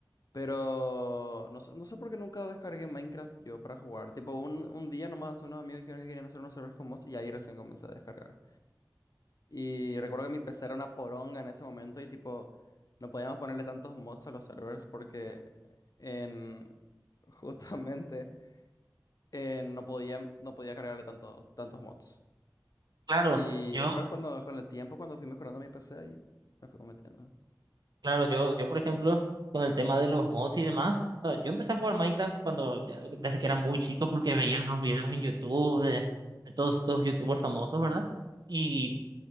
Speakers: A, on the left; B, on the right.
A: Pero no, sé- no sé por qué nunca descargué Minecraft yo para jugar. Tipo, un, un día nomás unos amigos dijeron que querían hacer unos servers con mods y ahí recién comencé a descargar. Y recuerdo que mi PC era una poronga en ese momento y tipo, no podíamos ponerle tantos mods a los servers porque en <laughs> justamente eh, no podía, no podía cargarle tantos, tantos mods.
B: Claro,
A: Y
B: yo,
A: después cuando, con el tiempo, cuando fui mejorando mi PC, ahí me fui cometiendo.
B: claro, yo, yo, por ejemplo, con el tema de los mods y demás, o sea, yo empecé a jugar Minecraft cuando, ya- desde que era muy chico, porque veía los videos en YouTube de, de todos estos YouTubers famosos, ¿verdad? Y,